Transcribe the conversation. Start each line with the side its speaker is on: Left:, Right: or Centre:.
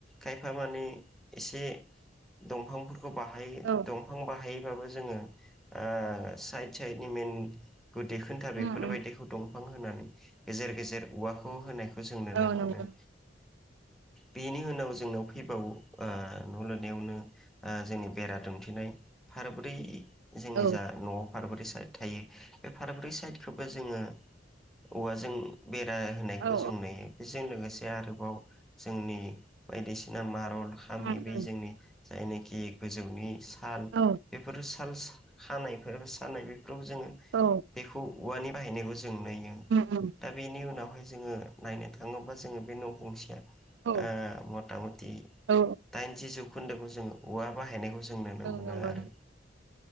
Centre: खायफा मानि एसे दंफांफोरखौ बाहायो
Right: औ
Centre: दंफां बाहायोबाबो जोङो ओ- साइड साइडनि मेन गुदि खोन्था
Right: उम
Centre: बेफोरबायदिखौ
Right: उम
Centre: दंफां होनानै गेजेर गेजेर औवाखौ होनायखौ जों नुनो
Right: औ
Centre: मोनो।
Right: नंगौ
Centre: बेनि उनाव जोंनाव फैबावो ओ न' लुनायावनो आ- जोंनि बेरा दुमथिनाय फारबोरै जोंनि
Right: औ
Centre: जा न' फारब्रै साइड थायो बे फारब्रै साइडखौबो जोङो औवाजों बेरा होनायखौ
Right: औ
Centre: जों नुयो। बेजों लोगोसे आरोबाव जोंनि बायदिसिना मारल हामि
Right: उम
Centre: बे
Right: उम
Centre: जोंनि जायनोखि गोजौनि साल
Right: औ
Centre: बेफोरो साल खानायफोर सानाय बेफोराव जोङो
Right: औ।
Centre: बेखौ औवानि बाहायनायखौ जों नुयो।
Right: उम उम।
Centre: दा बेनि उनावहाय जोङो नायनो थाङोब्ला जोङो बे न'गंसेया ओ-
Right: औ
Centre: मथा मथि
Right: औ
Centre: दाइनजि जौखोन्दोखौ जोङो औवा बाहायनायखौ ज जों नुनो मोनो
Right: नंगौ
Centre: आरो।